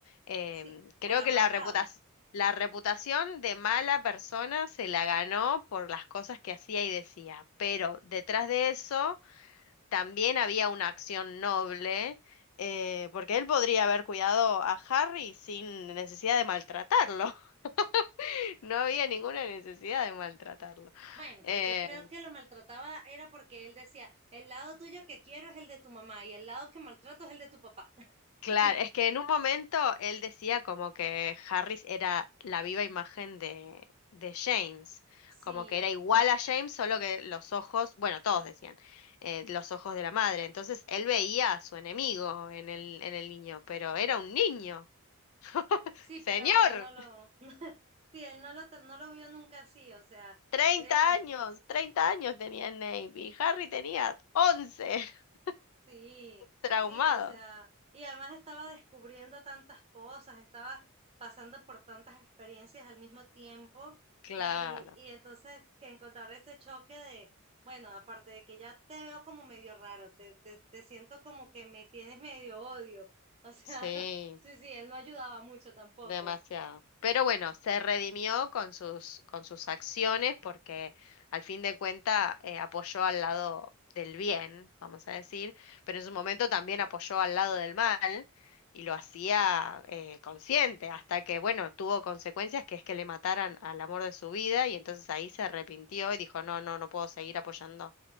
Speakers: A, on the left; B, on the right.
A: Em,
B: sí,
A: creo
B: por amargado.
A: que la reputación, la reputación de mala persona se la ganó por las cosas que hacía y decía, pero detrás de eso también había una acción noble, eh, porque él podría haber cuidado a Harry sin necesidad de maltratarlo. <laughs> No había ninguna necesidad de maltratarlo.
B: Bueno,
A: Eh,
B: pero yo creo que lo maltrataba era porque él decía, el lado tuyo que quiero es el de tu mamá y el lado que maltrato es el de tu papá. <laughs>
A: claro, es que en un momento él decía como que Harris era la viva imagen de, de James,
B: Sí,
A: como que era igual a James, solo que los ojos, bueno, todos decían, eh, los ojos de la madre. Entonces él veía a su enemigo en el, en el niño, pero era un niño. <laughs>
B: sí,
A: Señor.
B: pero él no lo, <laughs> sí, él no lo, no lo vio nunca así, o sea,
A: 30
B: él,
A: años, 30 años tenía Navy. Harry tenía 11, <laughs>
B: Sí,
A: traumado.
B: sí, o sea, y además estaba descubriendo tantas cosas, estaba pasando por tantas experiencias al mismo tiempo
A: Claro,
B: y, y entonces que encontrar ese choque de, bueno, aparte de que ya te veo como medio raro, te, te, te siento como que me tienes medio odio, o sea,
A: sí,
B: <laughs> sí, sí, él no ayudaba mucho tampoco,
A: demasiado. Pero bueno, se redimió con sus, con sus acciones porque al fin de cuentas apoyó al lado del bien, vamos a decir, pero en su momento también apoyó al lado del mal y lo hacía eh, consciente hasta que, bueno, tuvo consecuencias que es que le mataran al amor de su vida y entonces ahí se arrepintió y dijo, no, no, no puedo seguir apoyando